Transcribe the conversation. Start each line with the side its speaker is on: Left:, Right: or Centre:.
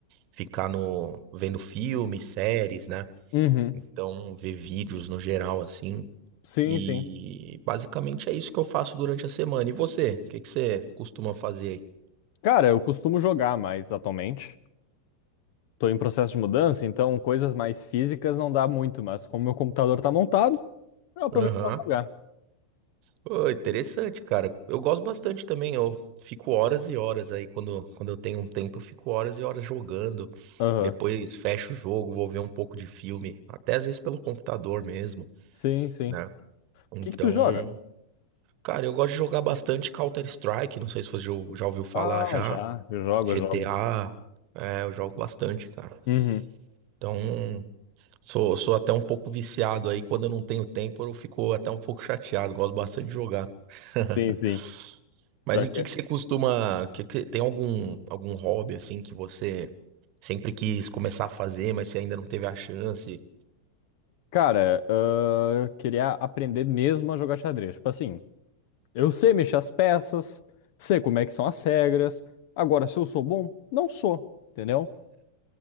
Right: ficar no vendo filmes, séries, né?
Left: Uhum.
Right: Então, ver vídeos no geral assim.
Left: Sim,
Right: E
Left: sim.
Right: basicamente é isso que eu faço durante a semana. E você? O que que você costuma fazer aí?
Left: Cara, eu costumo jogar mais atualmente. Tô em processo de mudança, então coisas mais físicas não dá muito, mas como meu computador tá montado, eu aproveito
Right: Aham.
Left: pra jogar.
Right: Pô, interessante, cara. Eu gosto bastante também. Eu fico horas e horas aí. Quando, quando eu tenho um tempo, eu fico horas e horas jogando.
Left: Aham.
Right: Depois fecho o jogo, vou ver um pouco de filme. Até às vezes pelo computador mesmo,
Left: Sim, sim.
Right: né? Então,
Left: que que tu joga?
Right: cara, eu gosto de jogar bastante Counter-Strike. Não sei se você já já ouviu falar
Left: Ah,
Right: já.
Left: já, eu jogo,
Right: GTA.
Left: eu jogo.
Right: É, eu jogo bastante, cara.
Left: Uhum.
Right: Então. Sou, sou até um pouco viciado aí. Quando eu não tenho tempo, eu fico até um pouco chateado. Gosto bastante de jogar. <laughs>
Left: Sim, sim.
Right: Mas
Left: Pior
Right: e o
Left: que-
Right: que que você costuma. que que- tem algum, algum hobby assim que você sempre quis começar a fazer, mas você ainda não teve a chance?
Left: Cara, ah, eu queria aprender mesmo a jogar xadrez. Tipo assim, eu sei mexer as peças, sei como é que são as regras. Agora, se eu sou bom, não sou, entendeu?